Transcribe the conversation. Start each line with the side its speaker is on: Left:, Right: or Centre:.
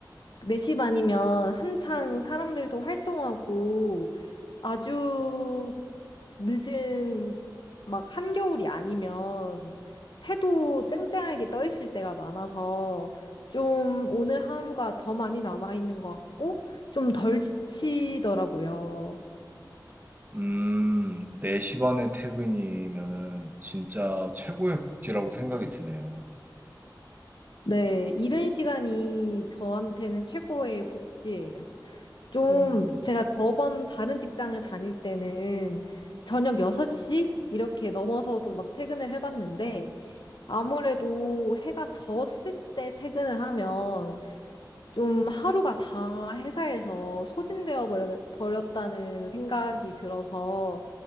Left: 4시 반이면 한창 사람들도 활동하고, 아주 늦은, 막 한겨울이 아니면, 해도 쨍쨍하게 떠 있을 때가 많아서, 좀 오늘 하루가 더 많이 남아있는 것 같고, 좀 덜 지치더라고요.
Right: 음, 4시 반에 퇴근이면은 진짜 최고의 복지라고 생각이 드네요.
Left: 네, 이른 시간이 저한테는 최고의 복지예요. 좀
Right: 그러네요.
Left: 제가 저번 다른 직장을 다닐 때는 저녁 6시 이렇게 넘어서도 막 퇴근을 해봤는데 아무래도 해가 졌을 때 퇴근을 하면 좀 하루가 다 회사에서 소진되어 버려- 버렸다는 생각이 들어서